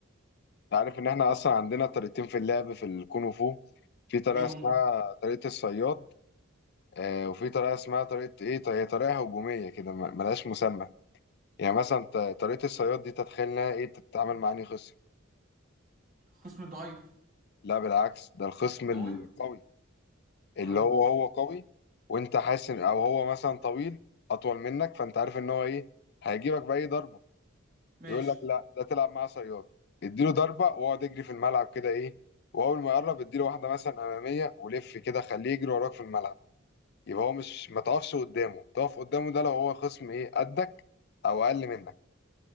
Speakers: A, on the left; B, on the right.
A: انت عارف ان احنا اصلا عندنا طريقتين في اللعب في الكونغ فو في طريقه
B: ايه هم
A: اسمها طريقه الصياد آه وفي طريقه اسمها طريقه ايه هي طريقه هجوميه كده ما- ملهاش مسمى يعني مثلا ت- طريقه الصياد دي تتخيل انها ايه بتتعامل مع انهي خصم
B: خصم ضعيف
A: لا بالعكس ده الخصم
B: قوي
A: القوي اللي
B: اه
A: هو هو قوي وانت حاسس ان او هو مثلا طويل اطول منك فانت عارف ان هو ايه هيجيبك باي ضربه
B: ماشي
A: يقول لك لا ده تلعب معاه صياد اديله ضربه واقعد يجري في الملعب كده ايه واول ما يقرب اديله واحده مثلا اماميه ولف كده خليه يجري وراك في الملعب يبقى هو مش ما تقفش قدامه تقف قدامه ده لو هو خصم ايه قدك او اقل منك